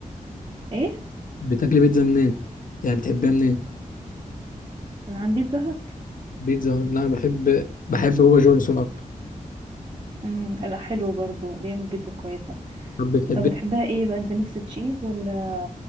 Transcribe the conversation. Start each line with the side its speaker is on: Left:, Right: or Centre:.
Right: ايه
Left: بتاكلي بيتزا منين يعني بتحبها منين
Right: من عند بيتزا هات
Left: بيتزا هات. لا انا بحب بحب بابا جونسون اكتر
Right: مم. لا حلو برضو بيعمل بيتزا كويسة
Left: طب بتحبي
Right: طب بتحبها ايه بقى انت ميكس تشيز ولا